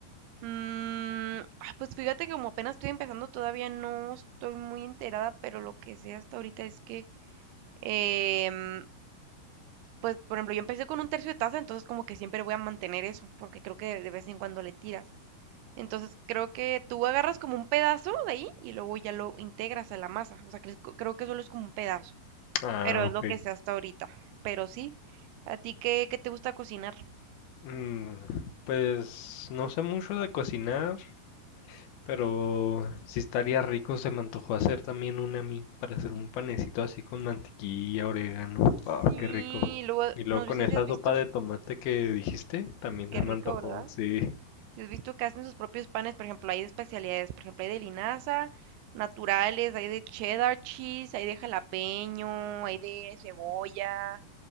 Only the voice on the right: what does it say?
Mm, ah, pues fíjate que como apenas estoy empezando, todavía no estoy muy enterada, pero lo que sé hasta ahorita es que... em, pues, por ejemplo, yo empecé con un tercio de taza, entonces como que siempre voy a mantener eso, porque creo que de vez en cuando le tiras. Entonces creo que tú agarras como un pedazo de ahí y luego ya lo integras a la masa. O sea, cre- creo que solo es como un pedazo,
pero es
lo que sé hasta ahorita. Pero sí, ¿a ti qué, qué te gusta cocinar?
Sí,
luego,
no
sé
si has
visto,
qué
rico,
¿verdad?
Si has visto que hacen sus propios panes, por ejemplo, hay de especialidades, por ejemplo, hay de linaza, naturales, hay de cheddar cheese, hay de jalapeño, hay de cebolla,